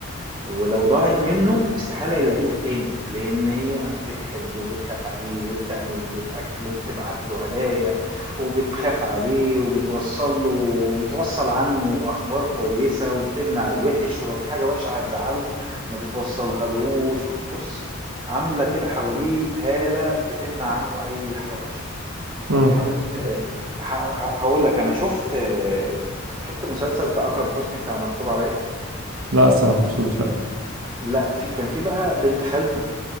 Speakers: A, on the right; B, on the right.
A: ولو ضاعت منه استحالة يلاقيها تاني لأن هي بتحبه وبتخاف عليه وبتعمل له الأكل وبتبعت له هدايا وبتخاف عليه وبتوصل له وبتوصل عنه أخبار كويسة وبتمنع الوحش ولو في حاجة وحشة هتزعله ما بتوصلها لهوش بص عاملة كده حواليه هالة بتمنع عنه أي حاجة وحشة
B: امم
A: بتحاول ت- ه- ه- هقول لك أنا شفت شفت مسلسل بتاع أكرم حسني بتاع مكتوب عليا
B: لا الصراحه مش شفتوش لا
A: لأ، في كان في بقى بنت خالته